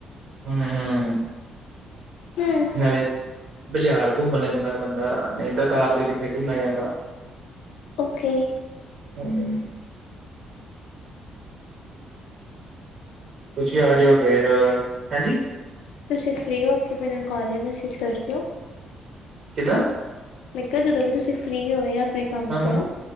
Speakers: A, on the right; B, on the left.
A: ਹਮ ਹਮ
B: ਹੂੰ
A: ਨਾਲੇ ਬਜ਼ਾਰ ਘੁੰਮ ਲੈਂਦਾ ਬੰਦਾ ਨਈ ਤਾਂ ਕਾਰ ਤੇ ਕਿੱਥੇ ਘੁੰਮਿਆ ਜਾਂਦਾ।
B: ਔਕੇ।
A: <unintelligible> ਤੁਸੀਂ ਆ ਜਓ ਫੇਰ ਹੈਂਜੀ।
B: ਤੁਸੀਂ ਫਰੀ ਹੋ ਕੇ ਮੈਨੂੰ ਕਾਲ ਯਾਂ ਮੈਸੇਜ ਕਰ ਦੇਔ।
A: ਕਿਦਾਂ।
B: ਮੈਂ ਕਿਆ ਜਦੋਂ ਵੀ ਤੁਸੀਂ ਫ੍ਰੀ ਹੋਏ ਆਪਨੇ ਕੰਮ
A: ਹਾਂ ਹਾਂ
B: ਤੋਂ।